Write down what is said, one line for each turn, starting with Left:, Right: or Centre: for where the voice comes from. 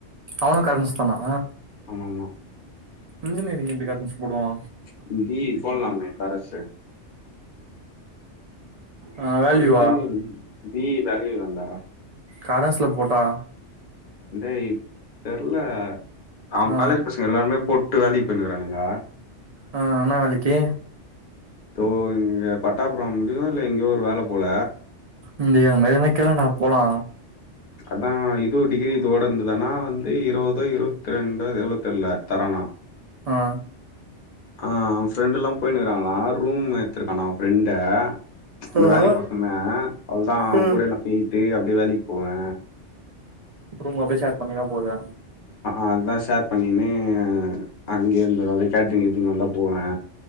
Right: அவனு காலேஜ் முடிச்சிடானா
Left: ஆமா ஆமா
Right: இன்ஜினியரிங் எப்டி கரஸ் போடுவா
Left: பி யி போலாமே கரஸ்சு
Right: ஆ வேல்யூவா
Left: அவ இன்ஜினியரிங் பி யி வேல்யூ தான்டா
Right: கரஸ்ல போட்டா
Left: டேய் தெரல அவ
Right: ஆ
Left: காலேஜ் பசங்க எல்லாருமே போட்டு வேலைக்கு போய்ருக்கானுங்க
Right: ஆ என்னா வேலைக்கு
Left: தோ இங்க பட்டாப்பிரம்லயோ இல்ல எங்கேயோ ஒரு வேல போல
Right: இங்கயே அது மாரி கேழண்டா போலா
Left: அதா இது டிகிரி தோட இருந்துதானா வந்து இருபதோ இருபத்தி ரெண்டோ எவ்ளோ தெர்ல தரானா
Right: ஆ
Left: ஆ ஃப்ரெண்டு எல்லா போய்னுக்கிறாங்களா ரூம் எத்துருக்கான்னா அவ ஃப்ரெண்டே இந்த
Right: ஆ
Left: வேலைக்கு போ சொன்னே அவ்ளதா அவ
Right: ம்
Left: கூடயே போயிட்டு அப்டியே வேலைக்கு போவே
Right: ரூம்ம அப்டியே ஷேர் பண்ணினா போது
Left: அதுதா ஷேர் பண்ணின்னு அங்கேய இருந்துடு அத கேட்ரிங் கிட்ரிங் வந்தா போவே